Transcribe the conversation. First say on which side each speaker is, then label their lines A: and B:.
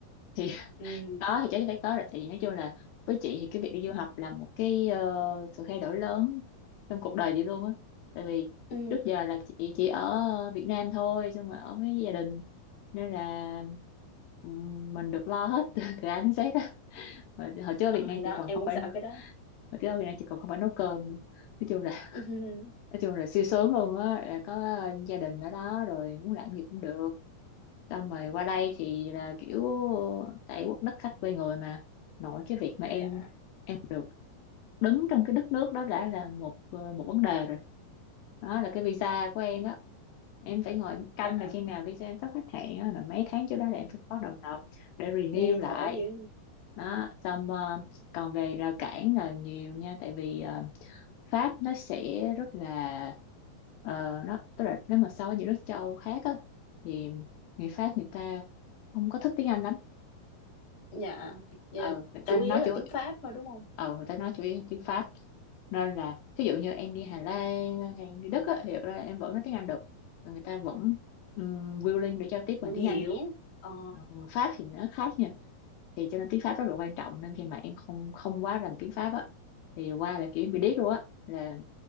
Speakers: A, on the left; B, on the left.
A: thì
B: ừ
A: có thì chắc chắn phải có rồi tại vì nói chung là với chị thì cái việc đi du học là một cái ờ, sự thay đổi lớn trong cuộc đời chị luôn á tại vì
B: ừ
A: trước giờ là chị chỉ ở Việt Nam thôi xong rồi ở với gia đình nên là ừm, mình được lo hết <laughs> từ A đến Z á hồi, hồi trước ở
B: Ờ,
A: Việt Nam
B: thì đó
A: chị còn
B: em
A: không
B: cũng
A: phải
B: sợ
A: hồi
B: cái đó
A: trước ở Việt Nam chị còn không phải nấu cơm nữa. nói chung là
B: <laughs>
A: nói chung là siêu sướng luôn á là có gia đình ở đó rồi muốn làm gì cũng được xong rồi qua đây thì là kiểu tại quốc đất khách quê người mà nội cái việc mà em
B: dạ
A: em được đứng trong cái đất nước đó đã là một ờ, một vấn đề rồi đó là cái visa của em đó em phải ngồi em canh
B: dạ
A: là khi nào visa em sắp hết hạn á, là mấy tháng trước đó là em phải bắt đầu nộp để renew
B: nghe
A: lại
B: khổ dữ
A: đó xong ờ, còn về rào cản là nhiều nha tại vì ờ, Pháp nó sẽ rất là ờ, nó tức là nếu mà so với những nước châu Âu khác á thì người Pháp người ta không có thích tiếng Anh lắm
B: dạ Vậy
A: ờ
B: là
A: người
B: chủ
A: ta nói
B: yếu là
A: chủ
B: tiếng Pháp thôi đúng không
A: ờ người ta nói chủ yếu tiếng Pháp nên là thí dụ như em đi Hà Lan hay em đi Đức á, thì thật ra em vẫn nói tiếng Anh được và người ta vẫn um, willing để giao tiếp bằng
B: vẫn
A: tiếng
B: hiểu
A: Anh
B: ờ
A: Ờ, Pháp thì nó khác nha thì cho nên tiếng Pháp rất là quan trọng nên khi mà em không không quá rành tiếng Pháp á thì qua là kiểu em bị điếc luôn á là